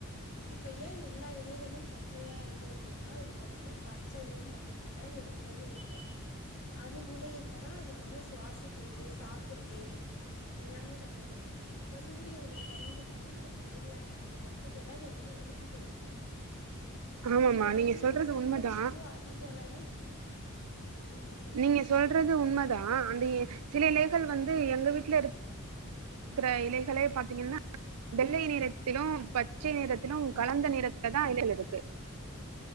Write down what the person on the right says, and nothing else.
ஆமாமா
நீங்க சொல்றது
உண்மதா
நீங்க சொல்றது உண்மதா அந்த சில இலைகள் வந்து எங்க வீட்ல இரு க்குற இலைகலே பாத்தீங்கன்னா வெள்ளை நிறத்திலு பச்சை நிறத்திலு கலந்த நிறத்ல தா இலைகள் இருக்கு